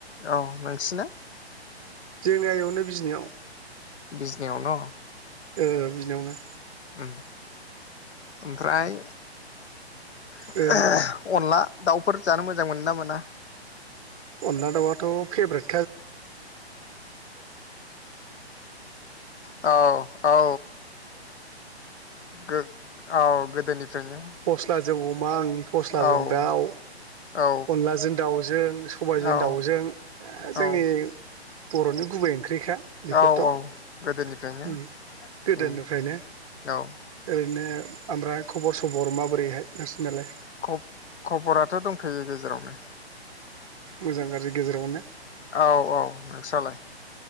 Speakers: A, on the left; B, on the right.
A: औ नोंसिना
B: जोंनिया इयावनो बिजनियाव
A: बिजनियाव न
B: ओ बिजिनियावनो
A: उम ओमफ्राय <unintelligible>
B: ओ
A: अनला दाउफोर जानो मोजां मोनो ना मोना।
B: अनला दाउआथ' फेब्रेट
A: औ औ गो औ गोदोनिफ्रायनो
B: <unintelligible> जों अमा आंनि फस्लाजों
A: औ
B: दाउ
A: औ
B: अनलाजों दाउजों सबायजों
A: औ
B: दाउजों
A: औ
B: जोंनि बर'नि गुबै ओंख्रिखा बेफोरथ'
A: औ
B: उम
A: औ गोदोनिफ्रायनो
B: गोदोनिफ्रायनो
A: उम औ
B: <unintelligible> बिदिनो ओमफ्राय खबर सबर माबोरैहाय नोंसिनालाय?
A: खब खबराथ' दंथ'यो गेजेरावनो!
B: मोजां गाज्रि गेजेरावनो!
A: औ औ नोंस्रालाय?